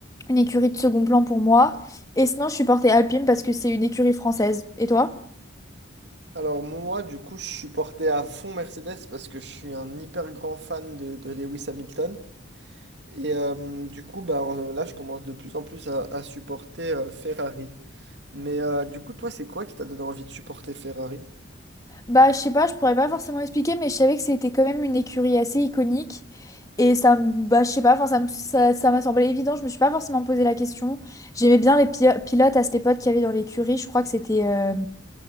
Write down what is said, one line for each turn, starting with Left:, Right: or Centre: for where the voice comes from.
Left: une écurie de second plan pour moi. Et sinon je supportais Alpine parce que c'est une écurie française. Et toi?
Right: Alors moi, du coup, je suis porté à fond Mercedes parce que je suis un hyper grand fan de, de Lewis Hamilton. Et euh, du coup, bah, en- là, je commence de plus en plus à, à supporter euh, Ferrari. Mais euh, du coup, toi, c'est quoi qui t'a donné envie de supporter Ferrari?
Left: Bah, je sais pas, je pourrais pas forcément expliquer, mais je savais que c'était quand même une écurie assez iconique. Et ça, me- bah, je sais pas, enfin, ça me- ça, ça m'a semblé évident, je me suis pas forcément posé la question. J'aimais bien les pi- pilotes à cette époque qu'il y avait dans l'écurie, je crois que c'était. euh,